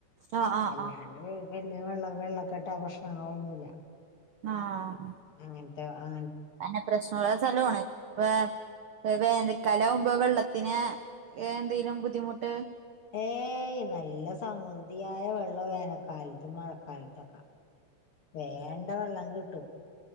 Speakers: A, on the right (about 70°); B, on the left (about 50°).
A: ആ ആ ആ
B: അല്ലാണ്ട്- വല്യ വെള്ളം വെള്ളക്കെട്ടാ പ്രശ്നങ്ങളോ ഒന്നുല്ല-
A: ആഹ്
B: അങ്ങനത്തെ ആ
A: അന്നെ പ്രശ്നഒള്ള സ്ഥലം ആണ്- വേർ വേനൽക്കാല ആവുമ്പം വെള്ളത്തിന് എന്തെങ്കിലും ബുദ്ധിമുട്ട്
B: ഏയ് നല്ല സമൃദ്ധിയായ വെള്ളം വേനൽക്കാലത്തും മഴക്കാലത്തൊക്ക വേണ്ട വെള്ളം കിട്ട് ട്ടും